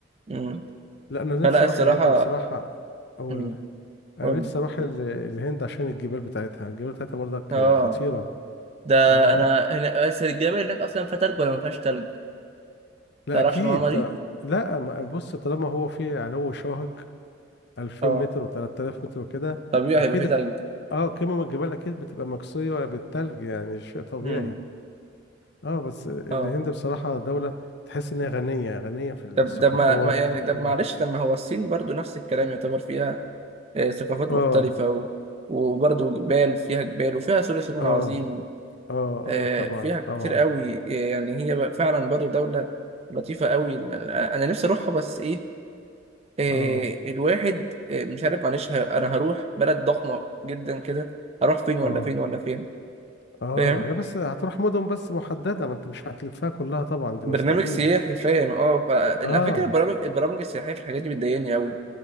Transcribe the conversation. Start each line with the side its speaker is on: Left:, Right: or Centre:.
Right: مم.
Left: لا انا نفسي
Right: فلا الصراحة
Left: اروح الهند بصراحة اول
Right: مم.
Left: انا
Right: قول
Left: نفسي اروح
Right: لي
Left: ال- الهند عشان الجبال بتاعتها الجبال بتاعتها برضك
Right: اه
Left: خطيرة
Right: ده
Left: اه
Right: انا هنا بس الجبل هناك اصلا فيها تلج ولا ما فيهاش تلج؟
Left: لا
Right: تعرفش
Left: اكيد
Right: المعلومة
Left: ط-
Right: دي؟
Left: لا ما- بص طالما هو في علو شاهق 2000
Right: اه
Left: متر و3000 متر وكده
Right: طبيعي
Left: اكيد
Right: هيبقى فيه
Left: الك-
Right: تلج
Left: اه قمم الجبال اكيد بتبقى مكسية بالثلج يعني شيء طبيعي
Right: مم.
Left: اه بس الهند
Right: اه
Left: بصراحة دولة تحس إن هي غنية غنية في الثقافات
Right: طب ده ما ما- يعني
Left: اه
Right: ده معلش لما هو الصين برضو نفس الكلام يعتبر فيها آه، ثقافات
Left: اه
Right: مختلفة و... وبرضو جبال فيها جبال وفيها سور الصين العظيم
Left: اه اه
Right: آه،
Left: اه طبعا
Right: فيها كتير
Left: طبعا
Right: قوي آه، يعني هي بقى فعلا برضه دولة لطيفة قوي أنا أنا نفسي أروحها بس إيه آه،
Left: اه
Right: الواحد آه، مش عارف معلش ه- أنا هروح بلد ضخمة جدا كده هروح فين ولا
Left: اه
Right: فين ولا فين
Left: اه
Right: فاهم
Left: لا بس هتروح مدن بس محددة ما انت مش هتلفها كلها طبعا دي
Right: برنامج
Left: مستحيل
Right: سياحي فاهم اه ف- على
Left: اه
Right: فكرة البرامج البرامج السياحية في الحاجات دي بتضايقني قوي